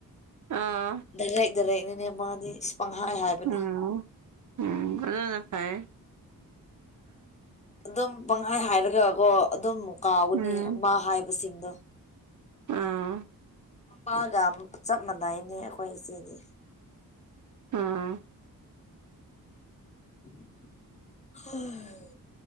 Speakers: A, on the right; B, on the left.
A: ꯑꯥ
B: ꯗꯥꯏꯔꯦꯛ ꯗꯥꯏꯔꯦꯛꯅꯤꯅꯦ ꯃꯥꯗꯤ ꯏꯁ ꯄꯪꯍꯥꯏ ꯍꯥꯏꯕꯅꯦ
A: ꯎꯝ ꯎꯝ ꯑꯗꯨꯅ ꯐꯩꯌꯦ
B: ꯑꯗꯨꯝ ꯄꯪꯍꯥꯏ ꯍꯥꯏꯔꯒꯒꯣ ꯑꯗꯨꯝ ꯀꯥꯎꯒꯅꯤ
A: ꯎꯝ
B: ꯃꯥ ꯍꯥꯏꯕꯁꯤꯡꯗꯣ
A: ꯑꯥ
B: ꯄꯥꯒꯥꯝ ꯆꯞ ꯃꯥꯟꯅꯩꯌꯦꯅꯦ ꯑꯩꯈꯣꯏ ꯏꯆꯦꯗꯤ
A: ꯑꯥ
B: ꯎꯝ <inaudible> ꯍ